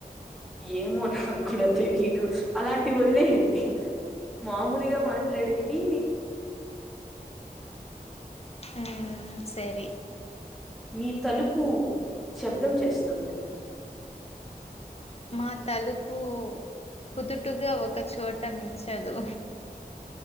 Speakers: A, in the centre; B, on the left (about 40°).
A: ఏమో నాకు కూడా తెలీదు అలాంటివి వదిలేయండి మామూలుగా మాట్లాడేవి వి
B: ఉమ్ సరే
A: మీ తలుపు శబ్దం చేస్తుంది
B: మా తలుపు అప్పు కుదుటుగా ఒక చోట నిల్చదు